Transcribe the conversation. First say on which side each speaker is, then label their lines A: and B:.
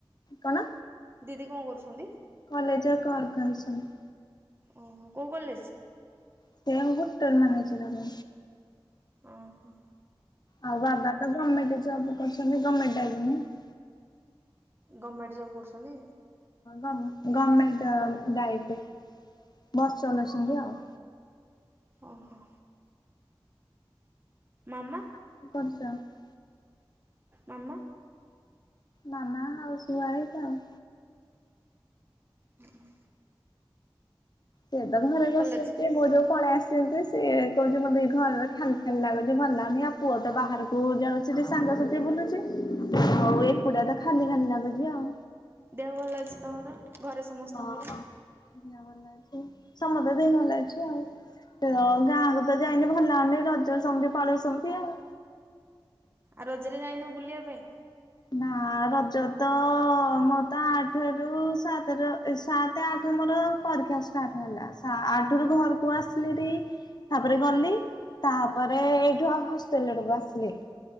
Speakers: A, on the left; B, on the right.
A: କଣ
B: ଦିଦି କଣ କରୁଛନ୍ତି?
A: କଲେଜ <unintelligible>
B: ଓହୋ କୋଉ କଲେଜ?
A: ସେ ହୋଟେଲ ମ୍ୟାନେଜର।
B: ଓହୋ।
A: ଆଉ ବାବା ତ ଗଭର୍ଣ୍ମେଣ୍ଟ ଜବ କରୁଛନ୍ତି ଗର୍ଣମେଣ୍ଟ <unintelligible>
B: ଗମେଣ୍ଟ ଜବ୍ କରୁଛନ୍ତି?
A: ଗଭର୍ଣମେଣ୍ଟ ଗାଡିରେ ବସ୍ ଚଲାଉଛନ୍ତି ଆଉ।
B: ଓହୋ। ମାମା?
A: <unintelligible>
B: ମାମା?
A: ମାମା ହାଉସ ୱାଇଫ ଆଉ।
B: ହୁଁ
A: ସିଏ ତ ଘରେ ବସିବ
B: ଅଛି?
A: ମୋ ଯୋଉ ପଳେଇ ଆସ ତେବେ ସିଏ କହୁଥିଲେ ମତେ ଘରେ ଖାଲି ଖାଲି ଲାଗୁଛି ଭଲ ଲାଗୁନି ଆଉ ପୁଅ ତ ବାହାର ପୁଅ ଯାଉଛି ସେ ଟିକେ ସାଙ୍ଗସାଥୀ ରେ ବୁଲୁଚି ହଉ
B: ହଁ
A: ଏକୁଟିଆ ତ ଖାଲି ଖାଲିି ଲାଗୁଛି ଆଉ।
B: ଦେହ ଭଲ ଅଛି ତମର? ଘରେ ସମସ୍ତଙ୍କର
A: ହଁ ଭଲ ଅଛି ସମଦ ଦେହ ଭଲ ଅଛି ଆଉ। ତ ଗାଁକୁ ତ ଯାଇନି ଭଲ ହଉନି ରଜ ସେମତି ପାଳସମତି ଆଉ।
B: ଆଉ ରଜରେ ଯାଇନୁ ବୁଲିବା ପାଇଁ?
A: ନା ରଜ ତ ମୋ ତ ଆଠ ରୁ ସାତ ର ସାତ ଆଠ ମୋର ପରୀକ୍ଷା ଷ୍ଟାର୍ଟ ହେଲା ଆଠ ରୁ ଘରକୁ ଆସିଲେରିଟି ତାପରେ ଗଲି ତାପରେ ଏଇଠୁ ହଷ୍ଟେଲ ରୁ ଆସିଲି।